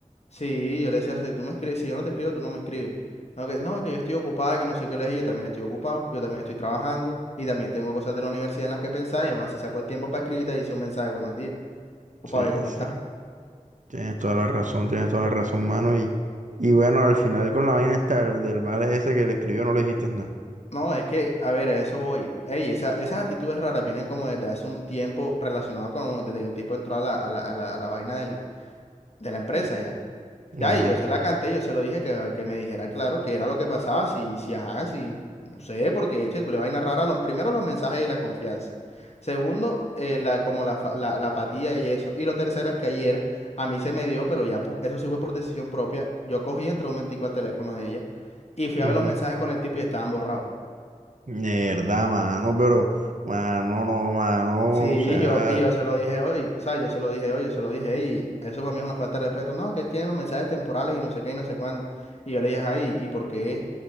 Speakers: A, on the left; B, on the right.
A: sí, yo le decía, si tú me escribes, si yo no te escribo, tú no me escribes. No, que, no, que yo estoy ocupada, que no sé qué le dije, yo también estoy ocupado, yo también estoy trabajando y también tengo cosas de la universidad en las que pensar y aún así saco el tiempo para escribirte y dice un mensaje, buenos días, o
B: Sí,
A: para ver cómo
B: sí.
A: estás.
B: Tienes toda la razón, tienes toda la razón, mano. Y, y bueno, al final con la vaina esta del del vale ese que le escribió no le dijiste nada.
A: No, es que, a ver, a eso voy. Ey, esa, esas actitudes raras vienen como desde hace un tiempo relacionado con, desde que el tipo entró a la, a la, a la, a la vaina del, de la empresa ya. Ya,
B: Ajá.
A: y yo se la canté, yo se lo dije que, que me dijera claro que era lo que pasaba, si, si, ajá, si, no sé, porque eche, le vaina rara, lo, primero los mensajes y la confianza. Segundo, eh, la, como la, fa- la, la apatía y eso. Y lo tercero es que ayer a mí se me dio, pero ya por- eso sí fue por decisión propia, yo cogí, entré un momentico al teléfono de ella y fui
B: ujú.
A: a ver los mensajes con el tipo y estaban borrados.
B: Mierda, mano, pero, mano, no, mano,
A: Sí,
B: o sea,
A: yo, y yo se lo dije hoy, o sea, yo se lo dije hoy, yo se lo dije, y eso para mí es una falta de respeto. No, que él tiene los mensajes temporales y no sé qué y no sé cuándo. Y yo le dije, ay, ¿y por qué?